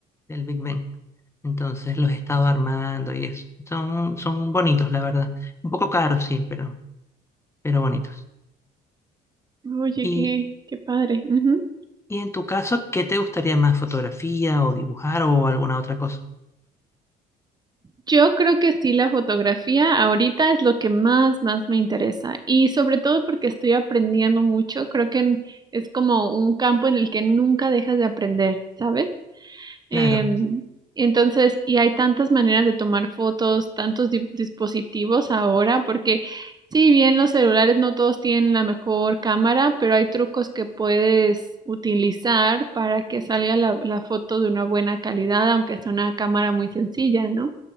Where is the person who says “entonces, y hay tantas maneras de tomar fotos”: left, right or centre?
Right